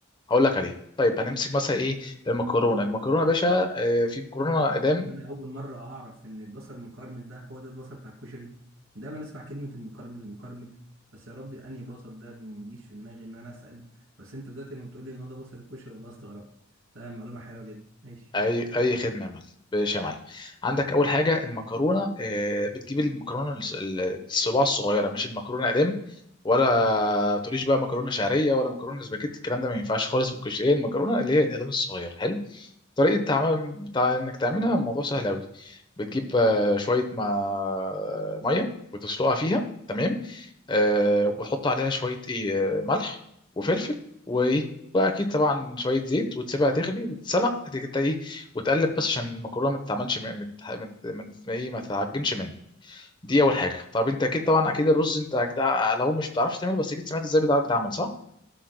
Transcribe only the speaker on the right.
تصدق
ان انا اول مره اعرف ان البصل المكرمل ده هو ده البصل بتاع الكشري دايما اسمع كلمه المكرمل المكرمل بس يا ربي انهي بصل ده ما بيجيش في دماغي ان انا اسال بس انت دلوقتي لما بتقول لي ان هو ده بصل الكشري والله استغربت تمام معلومه حلوه جدا ماشي